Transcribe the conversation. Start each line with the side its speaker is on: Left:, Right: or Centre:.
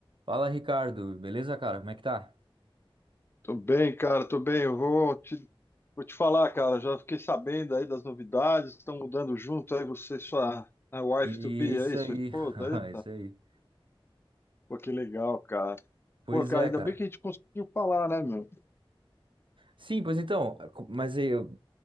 Right: Fala, Ricardo. Beleza, cara? Como é que tá?
Left: Tô bem, cara, tô bem. Eu vou te, vou te falar, cara. Já fiquei sabendo aí das novidades. Estão mudando junto aí você e sua a wife
Right: Isso
Left: to be aí,
Right: aí.
Left: sua esposa.
Right: <laughs>
Left: Eita,
Right: Isso aí.
Left: pô, que legal, cara.
Right: Pois
Left: Pô, cara,
Right: é,
Left: ainda
Right: cara.
Left: bem que a gente conseguiu falar, né, meu?
Right: Sim, pois então, co- mas aí eu,